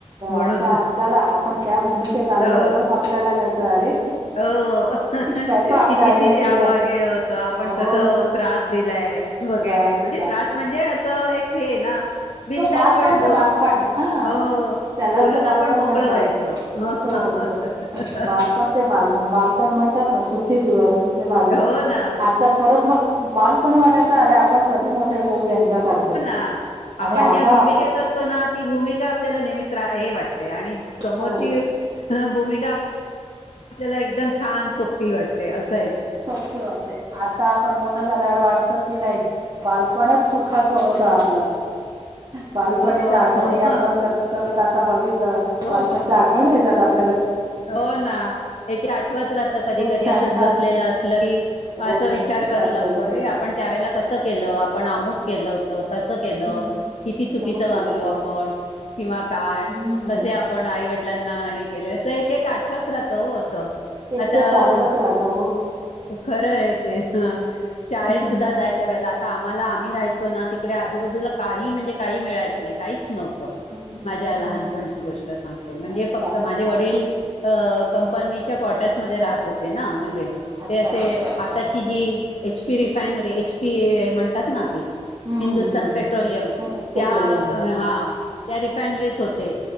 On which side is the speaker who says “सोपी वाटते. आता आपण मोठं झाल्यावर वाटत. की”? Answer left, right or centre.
Right